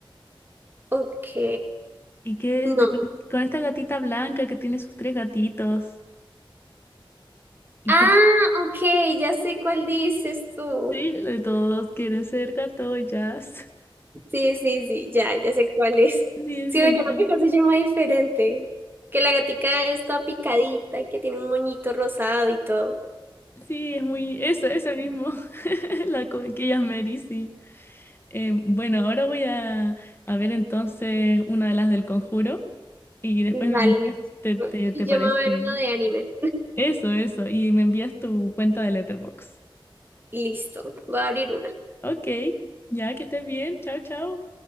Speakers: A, on the right (about 25°); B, on the left (about 25°).
A: Ok,
B: Y que
A: no.
B: de- con esta gatita blanca que tiene sus tres gatitos. y
A: Ah,
B: que
A: ok, ya sé cuál dices tú.
B: Sí, de todos quieren ser gato, <laughs>
A: Sí, sí, sí, ya, ya sé cuál es.
B: Sí, es
A: Sí,
B: genial.
A: me creo que acá se llama diferente. Que la gatica está picadita y que tiene un moñito rosado y todo.
B: Sí, es muy... Eso, ese mismo. <laughs> La co- que ella es Mary, sí. Eh, bueno, ahora voy a, a ver entonces una de las del conjuro y después
A: Dale,
B: me envías,
A: listo.
B: te, te,
A: Y
B: te parece?
A: yo me voy a ver una de anime.
B: Eso, eso. Y me envías tu cuenta de Letterboxd.
A: Listo, voy a abrir una.
B: Ok, ya que estés bien. Chao, chao.